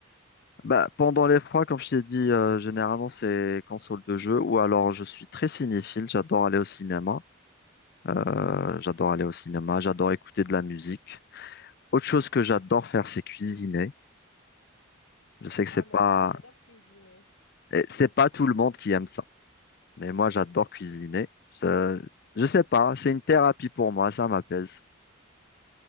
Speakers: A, on the left (about 50°); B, on the left (about 85°).
A: Bah, pendant les froids, comme je t'ai dit, euh, généralement, c'est console de jeu ou alors je suis très cinéphile, j'adore aller au cinéma. Euh, j'adore aller au cinéma, j'adore écouter de la musique. Autre chose que j'adore faire, c'est cuisiner. Je sais que
B: Ah,
A: c'est
B: moi
A: pas,
B: aussi, j'adore cuisiner.
A: eh, c'est pas tout le monde qui aime ça, mais moi j'adore cuisiner. Ça- Je sais pas, c'est une thérapie pour moi, ça m'apaise.